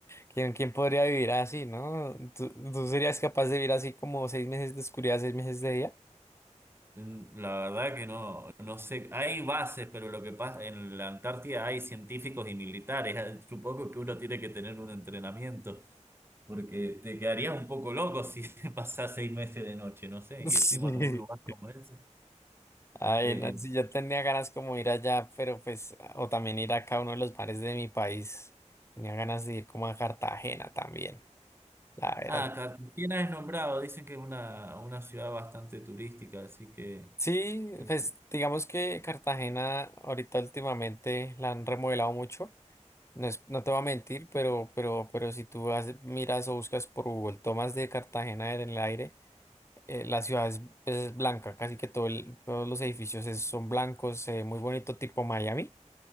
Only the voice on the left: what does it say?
¿Quién, quién podría vivir así, no? ¿Tú, tú serías capaz de vivir así como seis meses de oscuridad, seis meses de día?
<laughs>
Sí.
Ay,
no, sí, yo tenía ganas como ir allá, pero pues, o también ir acá a uno de los bares de mi país. Tenía ganas de ir como a Cartagena también, la verdad.
Sí,
pues digamos que Cartagena ahorita últimamente la han remodelado mucho. No es, no te voy a mentir, pero, pero, pero si tú vas- miras o buscas por Google tomas de Cartagena en el aire, eh, la ciudad es, pues, es blanca, casi que todo el- todos los edificios es- son blancos, eh, muy bonito, tipo Miami.